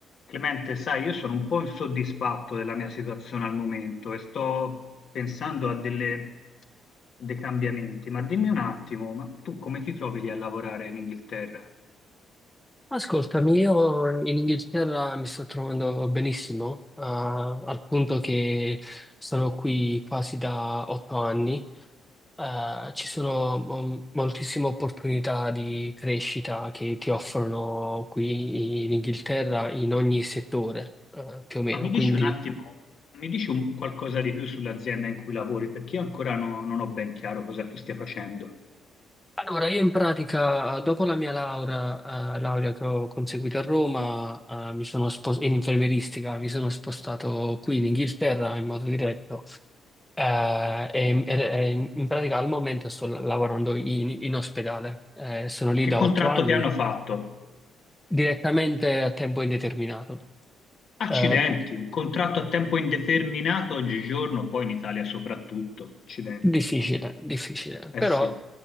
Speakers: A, on the left; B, in the centre.
A: Clemente, sai, io sono un po' insoddisfatto della mia situazione al momento e sto pensando a delle- dei cambiamenti, ma dimmi un attimo, ma tu come ti trovi lì a lavorare in Inghilterra?
B: Ascoltami, io in Inghilterra mi sto trovando benissimo, ah, al punto che sono qui quasi da otto anni. Eh, ci sono mm, moltissime opportunità di crescita che ti offrono qui in Inghilterra in ogni settore, eh, più o meno.
A: Ma mi dici
B: Quindi,
A: un attimo, mi dici un- qualcosa di più sull'azienda in cui lavori, perché io ancora no- non ho ben chiaro cosa tu stia facendo.
B: allora, io in pratica, dopo la mia laurea, eh, laurea che ho conseguito a Roma, eh, mi sono spos- in infermieristica, mi sono spostato qui in Inghilterra in modo diretto. Eh, e- ed è- in pratica al momento sto lavorando in, in ospedale, Eh, sono lì
A: Che
B: da
A: contratto
B: otto anni,
A: ti hanno fatto?
B: direttamente a tempo indeterminato.
A: Accidenti,
B: Eh, cu-
A: un contratto a tempo indeterminato oggigiorno, poi in Italia soprattutto, accidenti.
B: difficile, difficile,
A: Eh
B: però
A: sì.